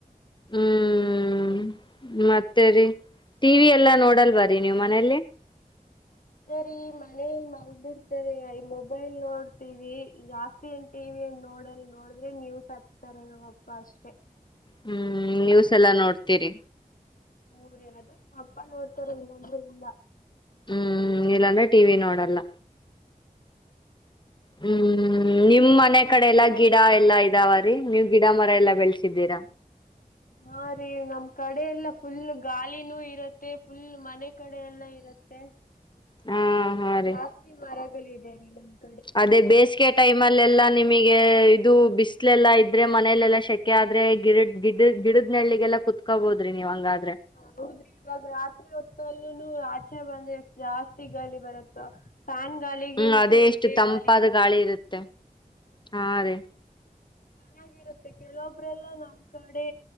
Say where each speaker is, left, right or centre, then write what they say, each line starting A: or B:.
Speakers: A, on the left; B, on the left.
A: ಹ್ಮ್ ಮತ್ತೆ ರರಿ ಟಿವ ವಿ ಎಲ್ಲ ನೋಡಲ್ವರಿ ನೀವು ಮನೇಲಿ
B: ಅದೇ ರೀ ಮನೇಲ್ ಮಲಗ್ಬಿಡ್ತಾರೆ ಈ ಮೊಬೈಲ್ ನೋಡ್ತೀವಿ ಜಾಸ್ತಿ ಏನ್ ಟಿವ ಏನ್ ನೋಡಲ್ ನೋಡ್ರೆ ನೀವಸ್ ಹಕ್ತಾರ ನಾವಪ್ಪ ಅಷ್ಟೇ
A: ಹ್ಮ್ ನೀವ್ಸ ಎಲ್ಲ ನೋಡ್ತೀರಿ
B: ಹೋ್ರೀ ಅದ ಅಪ್ಪ ನೋಡ್ತಾರ ಇಲ್ಲಾಂದ್ರೆ ಇಲ್ಲ
A: ಹ್ಮ್ ಇಲ್ಲಾಂದ್ರೆ ಟಿ ವಿ ನೋಡಲ್ಲ ಹ್ಮ್ ಹ್ಮ್ ನಿಮ್
B: ನೀ
A: ಮನೆ
B: ನಿಮ್
A: ಕಡೆ ಎಲ್ಲಾ
B: ಮನೇಲಿ
A: ಗಿಡ ಎಲ್ಲಾ ಇದಾವ ರಿ ನೀವ್ ಗಿಡ ಮರ ಎಲ್ಲಾ ಬೆಳೆಸಿದ್ದೀರಾ
B: ಹಾ ರೀ ನಮ್ ಕಡೆ ಎಲ್ಲ ಫುಲ್ ಗಾಳಿನೂ ಇರತ್ತೆ ಫುಲ್ ಮನೆ ಕಡೆ ಎಲ್ಲ ಇರತ್ತೆ ತ್ತ
A: ಹಾ ಹಾ ರೀ
B: ಜಾಸ್ತಿ ಮರ ಗಲಿದೆ ಅಂತಾ
A: ಅದೇ ಬೇಸಿಗೆ ಟೈಮ್ ಅಲ್ಲ ಎಲ್ಲಾ ನಿಮಗೆ ಇದು ಬಿಸ್ಲೆಲ್ಲ ಇದ್ರೆ ಮನಲೆೆಲ್ಲಾ ಶೆಕೆ ಆದ್ರೆ ಗಿಡ ಗಿಡ ಗಿಡದ್ ನಳ್ಳಿಗೆಲ್ಲ ಕುೂತ್ಕೋಬಹದ್ರಿ ನೀವು ಹಂಗ್ರ
B: ಹ ಹೌದ್ರಿ ಇವಾಗ ರಾತ್ರಿ ಹೊತ್ತಲ್ಲೂ ಆಚೆ ಬಂದ್ರೆ ಜಾಸ್ತಿ ಗಾಳಿ ಬರುತ್ತ ಫ್ಯಾನ್ ಗಾಳಿಗಿಂತ
A: ಹ್ಮ್ ಅದೇ ಎಷ್ಟು
B: ಇದೇ
A: ತಂಪಾದ
B: ಗಾಳಿ ಚೆನ್ನಾಗಿ
A: ಇರುತ್ತೆ ಹಾ ಅದೇ
B: ಚೆನ್ನಾಗಿರುತ್ತೆ ಕೆಲವೊಬ್ರಲ್ಲ ನಮ್ ಕಡೆ